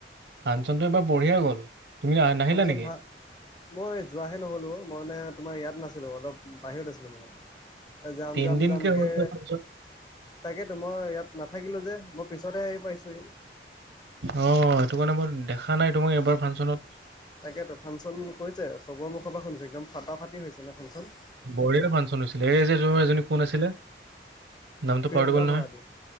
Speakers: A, on the right; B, on the left.
A: ফাংচনতটো এবাৰ বঢ়িয়া গ'ল। তুমি আহ- নাহিলা
B: ফাংচন
A: নেকি
B: ভাল। মই যোৱাহে নহ'লোঁ। মই মানে তোমাৰ ইয়াত নাছিলোঁ অলপ বাহিৰত আছিলোঁ মানে। জাম
A: তিনদিনকে
B: জাম জাম কে।
A: হৈছে ফাংচন
B: তাকেতো মই ইয়াত নাথাকিলোঁ যে মই পিছতহে হেৰি পাইছোঁহি।
A: অ' সেইটো কাৰণে মই দেখা নাই তোমাক এইবাৰ ফাংচনত।
B: তাকেতো ফাংচন কৈছে চবৰ মুখৰ পৰা শুনিছে একদম ফটা ফাটি হৈছে নে ফাংচন
A: বঢ়িয়াৰ ফাংচন হৈছিলে এই যে এজনী কোন আছিলে। নামটো
B: প্ৰিয়ংকা
A: পাহটো গ'ল
B: ভৰালী
A: নহয়